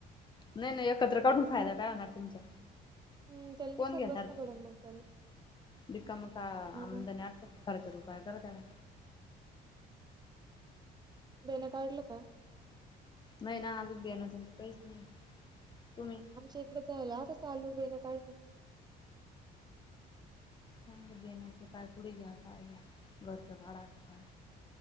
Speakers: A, on the left; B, on the right.
A: नाही नाही एकत्र काढून फायदा काय होणार तुमचा
B: हम्म त्याला निसत
A: कोण घेणार?
B: बसणं पडेल मग परत
A: रिकाम का
B: हा
A: आम
B: ना
A: दनी आट फरच रूपय करत आल्या.
B: बेनं काढलं का?
A: नाही ना अजून बेन काहीच नाही तुम्ही.
B: आमच्या इकडं झालं आजच चालू बेन काढलं.
A: हम, बेनच काय पुढे घ्या का घ घरचं काढ काय.